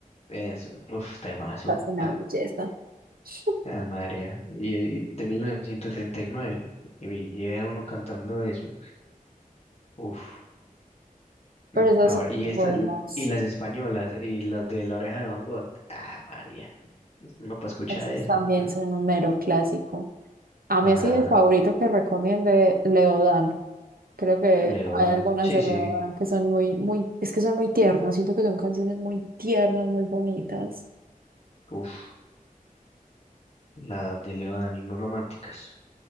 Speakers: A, on the left; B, on the right.
A: eso. Uf, temazo.
B: esa es una
A: Ja,
B: belleza. <laughs>
A: la marea. Y, y de 1979. Y nueve. Y vi- y era uno cantando eso. Uf. mm,
B: Pero esas
A: A
B: son
A: ver, y esta,
B: buenas.
A: y las españolas, y las de La Oreja de Van Gogh. Ah, María. No para escuchar
B: Esos
A: eso.
B: también
A: Mm.
B: son un mero clásico. A
A: Ajá.
B: mí así de favorito que recomiende Leodan. Creo que
A: Leodan.
B: hay algunas
A: Sí,
B: de
A: sí.
B: Leodan que son muy, muy, es que son muy tiernas. Siento que son canciones muy tiernas, muy bonitas.
A: Uf. Las de Leodan y muy románticas.